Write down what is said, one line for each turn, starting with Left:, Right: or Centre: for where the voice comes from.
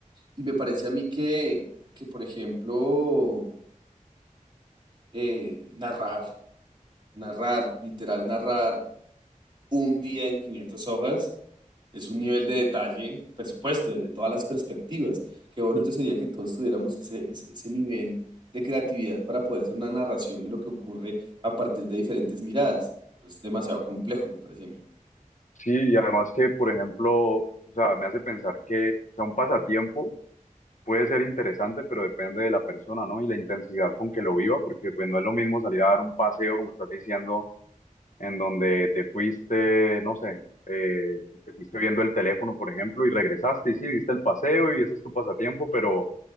Right: Y me parece a mí que, que por ejemplo, eh, narrar, narrar, literal, narrar un día en 500 hojas Es un nivel de detalle, por supuesto, desde todas las perspectivas. Qué bonito
Left: Mm.
Right: sería que todos tuviéramos ese, ese, ese nivel de creatividad para poder hacer una narración de lo que ocurre a partir de diferentes miradas. Pero es demasiado complejo, me parece a mí.
Left: Sí, y además que, por ejemplo, o sea, me hace pensar que, o sea, un pasatiempo puede ser interesante, pero depende de la persona, ¿no? Y la intensidad con que lo viva, porque pues no es lo mismo salir a dar un paseo, como estás diciendo, en donde te fuiste, no sé, eh, te fuiste viendo el teléfono, por ejemplo, y regresaste y sí, viste el paseo y ese es tu pasatiempo, pero,